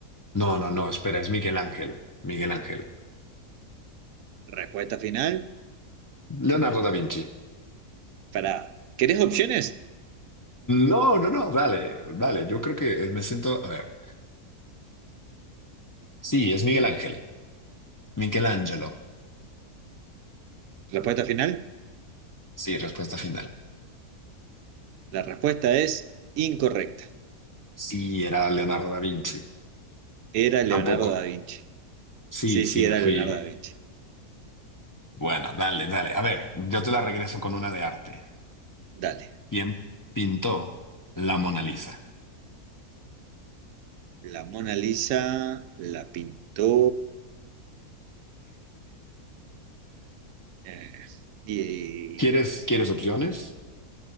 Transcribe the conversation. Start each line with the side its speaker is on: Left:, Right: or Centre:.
Left: no, no, no, espera, es Miguel Ángel. Miguel Ángel.
Right: respuesta final.
Left: Leonardo da Vinci.
Right: Para, ¿querés opciones?
Left: No, no, no, dale, dale. Yo creo que me siento, a ver. Sí, es Miguel Ángel. Michelangelo.
Right: Respuesta final.
Left: Sí, respuesta final.
Right: La respuesta es incorrecta.
Left: Sí, era Leonardo da Vinci.
Right: Era Leonardo
Left: Tampoco.
Right: da Vinci.
Left: Sí,
Right: Sí,
Left: sí,
Right: sí,
Left: me
Right: era
Left: fui.
Right: Leonardo da Vinci.
Left: Bueno, dale, dale. A ver, yo te la regreso con una de arte.
Right: Dale.
Left: ¿Quién pintó la Mona Lisa?
Right: La Mona Lisa la pintó. eh, y,
Left: ¿Quieres,
Right: y-
Left: quieres opciones?